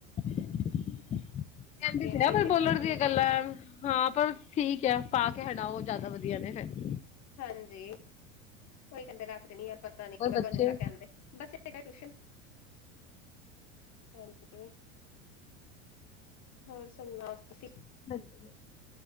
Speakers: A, on the left; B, on the left.
A: ਕੈਹਦੇ ਤਾ
B: ਦੀ
A: ਹੈ ਪਰ
B: ਸੀ
A: ਬੋਲਣ ਦੀਆਂ ਗੱਲਾਂ ਆ---ਆ ਹਾਂ ਪਰ ਠੀਕ ਐ ਪਾ ਕੇ ਹੰਡਾੳ ਓ ਜ਼ਿਆਦਾ ਵਧੀਆ ਨੇ ਫੇਰ
B: ਹਾਂਜੀ, ਕੋਈ ਕਹਿੰਦੇ ਰੱਖਦੇ ਨੀ ਯਾਰ ਪਤਾ ਨੀ
A: ਹੋਰ
B: ਮੈਂ ਕਿਆ
A: ਬੱਚੇ
B: ਜਿਸਾ ਕੈਦੇ ਬੱਚੇ ਡਾ ਟਿਊਸ਼ਨ ਹਾਂਜੀ ਹੋਰ ਸੁਣਾੳ ਤੁਸੀਂ?
A: <unintelligible>